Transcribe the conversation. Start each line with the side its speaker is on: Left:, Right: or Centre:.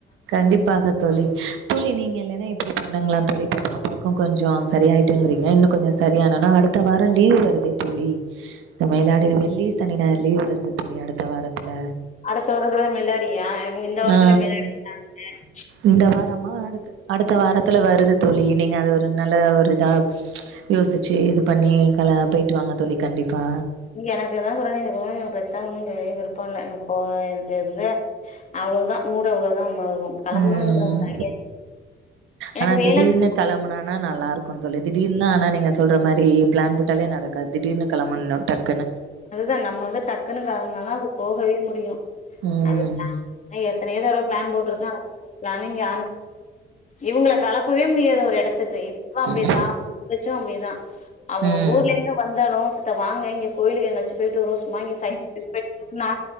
Right: கண்டிப்பாக தோழி தோழி நீங்க இல்லேனா இப்டி பண்ணுங்களே தோழி இப்போ பாப்பாவுக்கும் கொஞ்சம் சரியாயிட்டுங்கிறீங்க இன்னும் கொஞ்சம் சரியானன்னா அடுத் த்த வாரம் லீவ் வருதே தோழி இந்த மிலாடி வெள்ளி சனி ஞாயிறு லீவ் வருது தோழி அடுத்த வாரத்துல
Left: அடுத்த வாரத்துல மிலாடியா இவங்க இந்த வாரத்துல
Right: ஆ
Left: மிலாடினு <inaudible>
Right: இந்த வாரமா அடுத்த அடுத்த வாரத்துல
Left: வி-
Right: வருது தோழி நீங்க அது ஒரு நல்ல ஒரு இதா யோசிச்சு இது பண்ணி கல போயிட்டு வாங்க தோழி கண்டிப்பா
Left: எனக்குதாங்கற எதுவுமே பெருசா ஒன்னும் பெரிய விருப்பம் இல எனக்கோ எனக்கு இருந்து அவ்ளோ தா மூடு அவ்ளோ தா கெளம்பணும்ன்ற
Right: ம்
Left: ஒரு ஐடியா எனக்கு
Right: ஆனா
Left: வேளாண்
Right: திடீர்னு கெளம்பனனா நல்லாருக் கும் தோழி திடீர்னு ஆனா நீங்க சொல்ற மாரி பிளான் போட்டாலே நடக்காது திடீர்னு கெளம்பன்ணு டக்குன்னு
Left: அதுதா நம்ம வந்து டக்குன்னு கெளம்புனாதா அது போகவே முடியும்
Right: ம்
Left: அது பிளான் <inaudible> நா எத்தனையோ தடவ பிளான் போட்ருக்க ஒரு பிளானையும் காணு இவங்கள களப்பவே முடியாது ஒரு எடத்துக்கு இவ்ளு அப்டிதா
Right: ம்
Left: அவ தங்கச்சும் அப்டிதா அவங்க
Right: ம்
Left: ஊர்ல இர்ந்து வந்தாலும் அத்த வாங்க இங்க கோயிலுக்கு எதுனாச் ச்சி போயிட்டு வருவோம் சும்மா இங்க சைட் <inaudible> நா